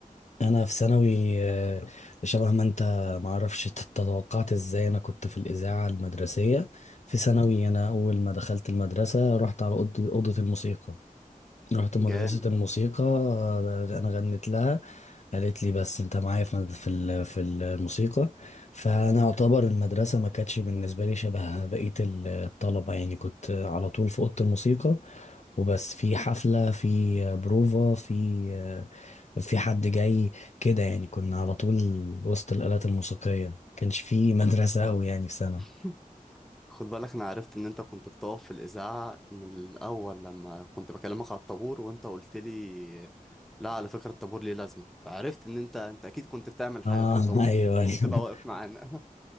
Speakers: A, on the left (about 55°); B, in the centre.
A: انا في ثانوي آه، شبه ما انت معرفش تتوقعت ازاي انا كنت في الاذاعه المدرسيه في ثانوي انا اول ما دخلت المدرسه رحت على اوضه أوضة الموسيقى رحت مدرسه
B: جامد
A: الموسيقى آه، انا غنيت لها قالت لي بس انت معايا في في ال- في الموسيقى فانا اعتبر المدرسه ما كانتش بالنسبه لي شبه بقيه الطلبه يعني كنت على طول في اوضه الموسيقى وبس في حفلة في بروفا في في حد جاي كده يعني كنا على طول وسط الآلات الموسيقية كانش في مدرسة أوي يعني في سنة
B: <laughs> خد بالك انا عرفت ان انت كنت بتقف في الاذاعه من الاول لما كنت بكلمك على الطابور وانت قلت لي لا على فكره الطابور ليه لازمه فعرفت ان انت انت اكيد كنت بتعمل حاجه
A: اه
B: في الطابور
A: <laughs> ايوه ايوه
B: مش بتبقى واقف معانا